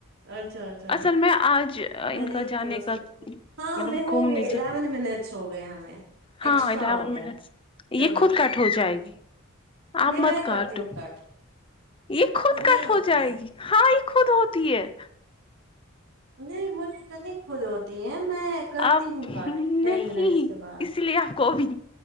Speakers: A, on the right; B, on the left.
A: اچھا اچھا
B: اصل میں آج ان
A: میں
B: کا
A: دیکھتی
B: جانے
A: ہوں اس
B: کا
A: کو کت ہاں
B: مطلب
A: ہمیں ہوگئے
B: گھومنے
A: الیون
B: ج
A: منٹ سو ہو گیا ہمیں
B: ہاں
A: ایکسٹرا
B: ادھاون
A: ہو گیا
B: منٹس
A: چلو
B: یہ خود
A: چلو
B: کٹ ہو جائے گی آپ
A: نہیں میں
B: مت کاٹو
A: کرتی ہوں کٹ
B: یہ خود
A: نہیں
B: کٹ
A: ہوتی
B: ہو جائے
A: ہے
B: گی ہاں یہ خود ہوتی ہے
A: نہیں مجھے اتنی خود ہوتی ہیں میں کرتی
B: آپ
A: ہوں کٹ
B: نہیں
A: ٹین منٹس کے بعد
B: اسی لیے آپ کو ابھی